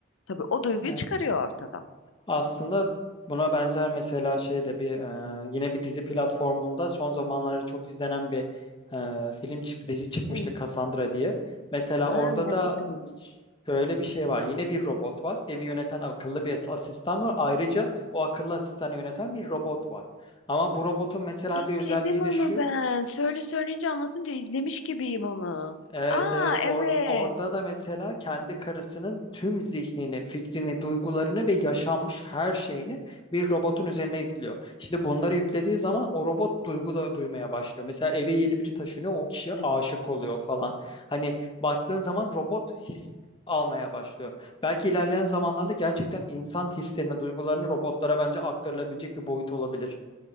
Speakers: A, on the left; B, on the left.
A: Tabii o duyguyu
B: Yani
A: çıkarıyor ortadan.
B: Aslında buna benzer mesela şey de bir e, yine bir dizi platformunda son zamanlarda çok izlenen bir e, film çık- dizi çıkmıştı
A: Hı.
B: Cassandra diye. Mesela
A: Aa,
B: orada
A: merak
B: da
A: ettim onu.
B: şöyle bir şey var. Yine bir robot var. Evi yöneten akıllı bir asistan var. Ayrıca o akıllı asistanı yöneten bir robot var. Ama bu robotun mesela
A: İzledim
B: bir özelliği
A: onu
B: de şu.
A: ben. Söyle söyleyince anlatınca izlemiş gibiyim onu.
B: Evet
A: Aa
B: evet Or-
A: evet.
B: orada da mesela kendi karısının tüm zihnini, fikrini, duygularını ve yaşanmış her şeyini bir robotun üzerine yüklüyor. Şimdi bunları yüklediği zaman o robot duygu da duymaya başlıyor. Mesela eve yeni biri taşınıyor, o kişiye
A: Evet.
B: aşık oluyor falan. Hani baktığın zaman robot his almaya başlıyor. Belki ilerleyen zamanlarda gerçekten insan hislerini, duygularını robotlara bence aktarılabilecek bir boyut olabilir.